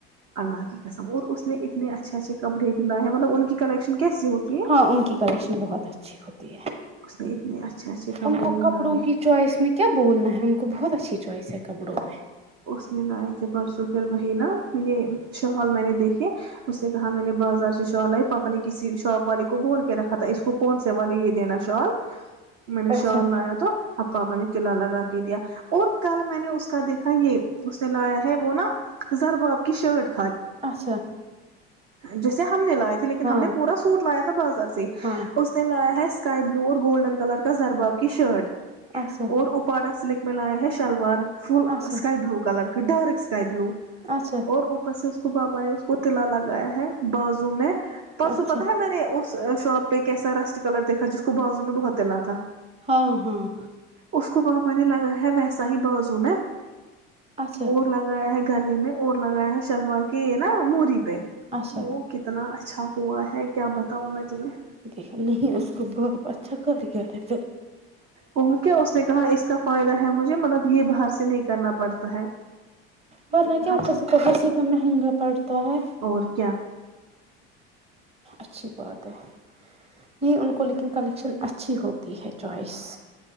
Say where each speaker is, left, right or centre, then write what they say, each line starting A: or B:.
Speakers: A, on the right (about 55°); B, on the right (about 20°).
A: اللہ کی قسم اور اس نے اتنے اچھے اچھے کپڑے بھی لائے ہیں مطلب ان کی کلیکشن کیسی ہوتی ہے
B: ہاں ان کی کلیکشن بہت اچھی ہوتی ہے
A: اس نے اتنے اچھے اچھے کپڑے
B: ان کو
A: بھی
B: کپڑوں
A: لائے
B: کی چوائس میں کیا بولنا ہے ان کو بہت اچھا اچھی چوائس ہے کپڑوں میں
A: اس نے لائے تھے پرسوں پھر وہی نا یہ شہال میں نے دیکھی اس نے کہا میں نے بازار سے شال آئی پاپا نے کسی شاپ والے کو بول کے رکھا تھا اس کو کون سے والے یہ دینا شال میں نے
B: اچھا
A: شال لایا تو ااپا نے تلا لگا کے دیا اور کل میں نے اس کا دیکھ یہ اس نے لایا ہے وہ نا زربات کشرٹ
B: اچھا
A: جیسے ہم نے لائے تھے لیکن
B: ہاں
A: ہم نے پورا سوٹ لایا تھا بازار سے
B: ہاں
A: اس نے لایا ہے اسکائی بلو اور گولڈن کلر کا زرباب کی شرٹ
B: اچھا
A: اور ا پاڑا سلک میںلاائے ہے شلوار فل
B: اچھا
A: اسکائی بلو کلر ڈور اسکائی بلو
B: اچھا
A: اور اوپر سے اس کو باپ اس کو ت للا لگا گیا ہے بازو میں پرسو
B: اچھا
A: پتا ہے میں نے اس شاپ تو کی سا رسٹ کل دیکھا ج بازو میں بہت تلا تھا
B: ہاں ہاں
A: اس کو بپا نے لگا ہے ویسا ہی بازو میں
B: اچھا
A: اور لگایا ہے گلے میں اور لگایا ہے شلوار کے نا موری پہ
B: اچھا
A: وہ کتناچا چھا ہوا ہے کیا بتاؤں میں تمہیں
B: دیکھا نہیں اس کو باپ اچھا کر گ رہے پھر
A: پہنچ کیا اس نے کہا اس کا فائدہ ہے مجھے مطلب یہ باہر سے نہیں کرنا پڑتا ہے میں
B: ورنہ
A: نے کہا
B: کیا اوپر
A: اچھا
B: سے پہس اتنا مہنگا پڑتا ہے
A: اور کیا
B: اچھی بات ہے نہیں ان کو لیکن کلیکشن اچھی ہوتی ہے چوائس